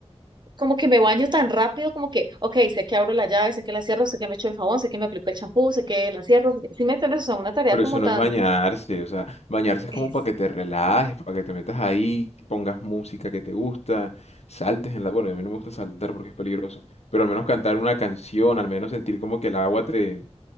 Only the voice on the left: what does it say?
Pero
eso no
es bañarse, o sea, bañarse es
como para que te relajes, para que te metas ahí, pongas música que te gusta, saltes en la... Bueno, a mí no me gusta saltar porque es peligroso, pero al menos cantar una canción, al menos sentir como que el agua te,